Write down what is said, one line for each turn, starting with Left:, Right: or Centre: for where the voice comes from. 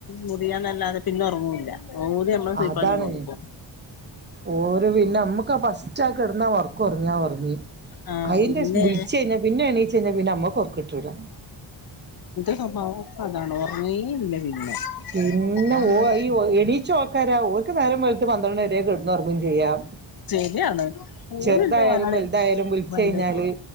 Left: മുറിയാന്നല്ലാതെ പിന്നെ ഒറങ്ങൂല്ല ഓല് നമ്മളെ സുയ്പ്പാക്കിക്കൊണ്ട്ക്കും
Right: അതാണ് ഓര് പിന്നെ അമ്മുക്കാ <unintelligible> ഉച്ച കിടന്നാ ഒറക്കൊറങ്ങിയഒറങ്ങി
Left: ആഹ്
Right: അയ്ന്റെ
Left: ഇല്ലേ
Right: ശേ വിളിച്ച കഴിഞ്ഞാ പിന്നെ എണീച്ച കഴിഞ്ഞാ പിന്നെ അമ്മക്കൊർക്കിട്ടൂല
Left: സ്വഭാവൊക്കെ അതാണ് ഒറങ്ങേ ഇല്ല പിന്നെ
Right: പിന്നെ
Left: ഞാൻ
Right: ഓ ഈ എണീച്ച ഓക്കാരാ ഓർക്ക് നേരം വെളു പന്ത്രണ്ട് വരെ കിടന്ന് ഒറങ്ങും ചെയ്യാം.
Left: ശെരിയാണ് <unintelligible>
Right: ചെറുതായാലും വലുതായാലും വിളിച്ച് കഴിഞ്ഞാല്